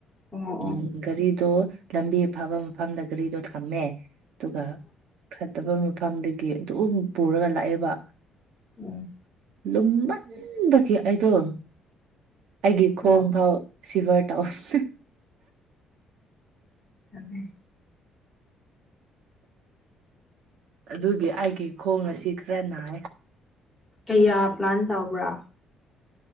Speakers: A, in the centre; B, on the right (about 65°).
A: ꯑꯣ
B: ꯎꯝ
A: ꯑꯣ
B: ꯒꯥꯔꯤꯗꯣ ꯂꯝꯕꯤ ꯑꯐꯕ ꯃꯐꯝꯗ ꯒꯥꯔꯤꯗꯣ ꯊꯝꯃꯦ ꯑꯗꯨꯒ ꯐꯠꯇꯕ ꯃꯐꯝꯗꯒꯤ ꯑꯗꯨꯝ ꯄꯨꯔꯒ ꯂꯥꯛꯑꯦꯕ
A: ꯎꯝ
B: ꯂꯨꯝꯃꯟꯕꯒꯤ ꯑꯩꯗꯣ ꯑꯩꯒꯤ ꯈꯣꯡꯐꯥꯎ
A: ꯑꯣ
B: ꯁꯤꯚꯔ ꯇꯧꯕꯅꯦ
A: <unintelligible>
B: ꯑꯗꯨꯒꯤ ꯑꯩꯒꯤ ꯈꯣꯡ ꯑꯁꯤ ꯈꯔ ꯅꯥꯏ
A: ꯀꯌꯥ ꯄ꯭ꯂꯥꯟ ꯇꯧꯕ꯭ꯔꯥ